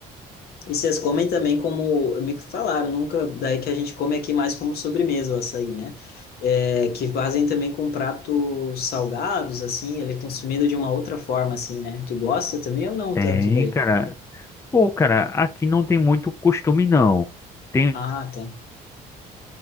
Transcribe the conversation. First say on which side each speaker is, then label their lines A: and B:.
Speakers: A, on the left; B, on the left.
A: E vocês comem também como, me falaram, nunca, daí que a gente come aqui mais como sobremesa o açaí, né? É, que fazem também com pratos salgados, assim, ele é consumido de uma outra forma, assim, né? Tu gosta também ou não
B: tem,
A: tanto daí?
B: cara. Pô, cara, aqui não tem muito costume, não. Tem
A: Ah, tá.